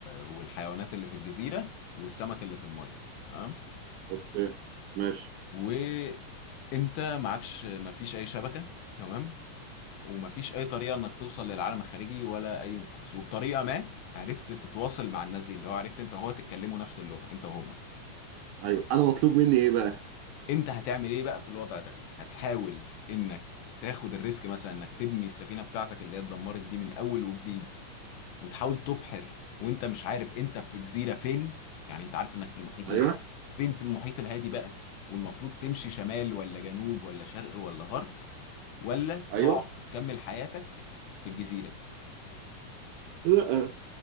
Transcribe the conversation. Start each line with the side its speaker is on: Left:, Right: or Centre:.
Left: والحيوانات اللي في الجزيرة والسمك اللي في المية تمام
Right: اوكي ماشي
Left: وانت معكش مفيش اي شبكة تمام ومفيش اي طريقة انك توصل للعالم الخارجي ولا اي انقاذ وبطريقة ما عرفت تتواصل مع الناس دي اللي هو عرفت انت وهو تتكلموا نفس اللغة انت وهم تمام
Right: ايوه انا مطلوب مني ايه بقى
Left: انت هتعمل ايه بقى في الوضع ده هتحاول انك تاخد الريسك مثلا انك تبني السفينة بتاعتك اللي هي اتدمرت دي من اول وجديد وتحاول تبحر وانت مش عارف انت في جزيرة فين يعني انت عارف انك في المحيط
Right: ايوه
Left: الهادي فين في المحيط الهادي بقى والمفروض تمشي شمال ولا جنوب ولا شرق ولا غرب ولا
Right: ايوه
Left: تقعد وتكمل حياتك في الجزيرة
Right: لا